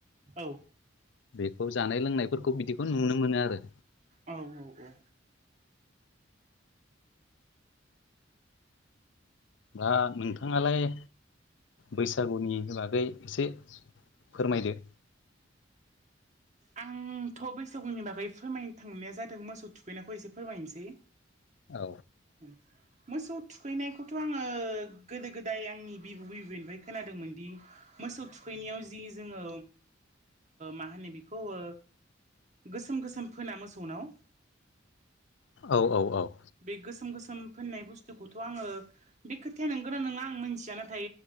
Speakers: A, on the right (about 40°); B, on the left (about 65°).
A: औ
B: बेखौ जानाय लोंनायफोरखौ बिदिखौ नुनो मोनो आरो।
A: औ औ औ।
B: दा नोंथाङालाय बैसागुनि बागै एसे फोरमायदो।
A: औ आंथ' बैसागुनि बागै फोरमाय थांनाया जादों मोसौ थुखैनायखौ एसे फोरमायनोसै।
B: औ
A: उम मोसौ थुखैनायखौथ' आङो गोदो गोदाय आंनि बिबौ बिबैनिफ्राय खोनादोंमोनदि मोसौ थुखैनायाव जि जोङो मा होनो बिखौ ओ गोसोम गोसोम फोना मोसौनाव
B: औ औ औ।
A: बे गोसोम गोसोम फोननाय बुस्थुखौथ' आङो बे खोथाया नोंगोरा नङा आं मोनथिया नाथाय